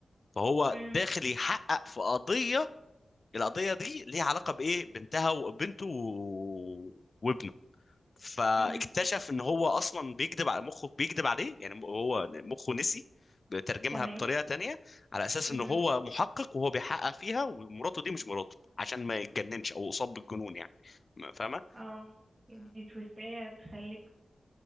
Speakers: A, on the left; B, on the right.
A: فهو
B: امم
A: داخل يحقق في قضيه القضيه دي ليها علاقه بايه بنتها وبنته و- وابنه فاكتشف
B: امم
A: ان هو اصلا بيكذب على مخه بيكذب عليه يعني هو مخه نسي بيترجمها
B: تمام
A: بطريقه تانية على اساس
B: امم
A: ان هو محقق وهو بيحقق فيها ومراته دي مش مراته عشان ما يتجننش او يصاب بالجنون يعني ما- فاهمه
B: اه دي تويستاية تخليك